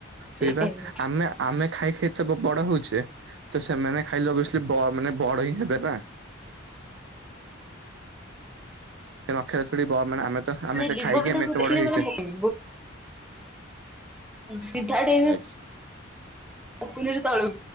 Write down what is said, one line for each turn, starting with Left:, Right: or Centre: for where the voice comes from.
Centre: ସେଇ
Right: ସେଇପ
Centre: ଟାଇପର
Right: ଆମେ ଆମେ ଖାଇକ ଏତେ ବଡ ହଉଛେ ତ ସେମାନେ ଖାଇଲେ ସେମାନେ ବ ବଡ ହିଁ ହେବେ ନା। ସେ ନ ଖାଇଲେ ଥୋଡି ମାନେ ଆମେ ତ ଆମେ ତ
Centre: ଯୀବ
Right: ଖାଇକି
Centre: ବି
Right: ଆମେ
Centre: ତାକୁ
Right: ଏତେ
Centre: ଦେଖିଲି
Right: ବଡ ହେଇଛେ
Centre: ମାନେ ସିଧା ଡେଇଁବି
Right: ଆଚ୍ଛା।
Centre: ଆଲକୁନିରେ ତଳ